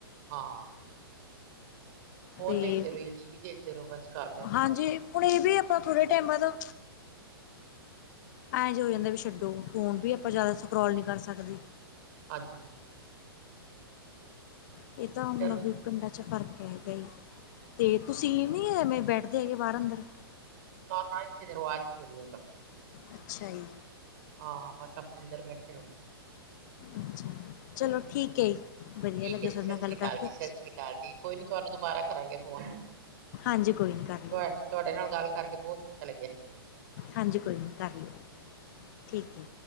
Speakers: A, on the right; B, on the left.
A: ਹਾਂ। ਫੋਨ
B: ਤੇ
A: ਦੇਖਦੇ ਰਹੋ ਜਾਂ ਟੀ ਵੀ ਦੇਖਦੇ ਰਹੋ ਬਸ ਘਰ ਬਹਿ ਕੇ
B: ਹਾਂਜੀ
A: ਤੇ।
B: ਹੁਣ ਇਹ ਵੀ ਆਪਾਂ ਥੋੜ੍ਹੇ ਟਾਈਮਾਂ ਤੋਂ ਐਂ ਜੇ ਹੋ ਜਾਂਦਾ ਵੀ ਛੱਡੋ ਫੋਨ ਵੀ ਆਪਾਂ ਜ਼ਿਆਦਾ ਸਕਰੋਲ ਨਹੀਂ ਕਰ ਸਕਦੇ।
A: ਹਾਂਜੀ-ਹਾਂਜੀ।
B: <unintelligible> ਕ
A: ਚਲੋ
B: ਹੀ
A: ਹਾਂ,
B: ਤੇ ਤੁਸੀਂ ਨੀ ਐਵੇਂ ਬੈਠਦੇ ਹੈਗੇ ਬਾਹਰ ਅੰਦਰ। <unintelligible>
A: ਨਾ-ਨਾ ਇੱਥੇ ਤੇ ਰਿਵਾਜ਼ ਹੀ ਕੋਈ ਨੀ ਹੇਗਾ।
B: ਅੱਛਾ ਜੀ।
A: ਹਾਂ ਬਸ ਆਪਣੇ ਅੰਦਰ ਬੈਠੇ ਰਹੋ।
B: ਅੱਛਾ ਚਲੋ ਠੀਕ ਜੀ। ਵਧੀਆ
A: ਠੀਕ
B: ਲੱਗਿਆ
A: ਹੈ ਜੀ
B: ਤੁਹਾਡੇ
A: ਸਤਿ
B: ਨਾਲ
A: ਸ਼੍ਰੀ
B: ਗੱਲ
A: ਅਕਾਲ
B: ਕਰਕੇ
A: ਜੀ ਸਤਿ ਸ਼੍ਰੀ ਅਕਾਲ ਜੀ ਕੋਈ ਨੀ ਤੁਹਾਨੂੰ ਦੁਬਾਰਾ ਕਰਾਂਗੇ ਫੋਨ।
B: ਹਾਂਜੀ ਕੋਈ ਨੀ ਕਰ। ਲਿਓ
A: ਤ ਤੁਹਾਡੇ ਨਾਲ ਗੱਲ ਕਰਕੇ ਬਹੁਤ ਅੱਛਾ ਲੱਗਿਆ।
B: ਹਾਂਜੀ ਕੋਈ ਨਹੀਂ ਕਰ ਲਿਓ ਠੀਕ ਹੈ।